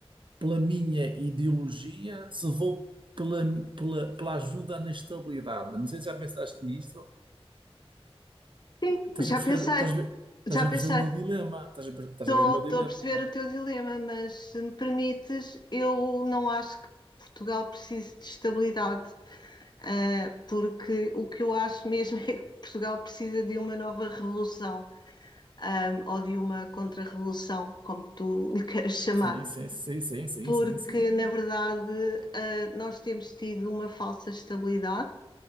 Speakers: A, on the right; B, on the left.
A: pela minha ideologia, se vou pela, pela, pela ajuda na estabilidade. Não sei se já pensaste nisto.
B: Sim,
A: Estás
B: já
A: a perceber,
B: pensei,
A: estás a ver, estás
B: já
A: a
B: pensei.
A: perceber o meu dilema. Estás a, per- estás
B: Estou
A: a ver o meu dilema,
B: a perceber
A: não é?
B: o teu dilema, mas se me permites, eu não acho que Portugal precise de estabilidade, ah, porque o que eu acho mesmo <laughs> é que Portugal precisa de uma nova revolução, ah, ou de uma contra-revolução, como tu lhe queiras chamar,
A: Sim, sim, sim, sim, sim,
B: porque
A: sim, sim.
B: na verdade, ah, nós temos tido uma falsa estabilidade.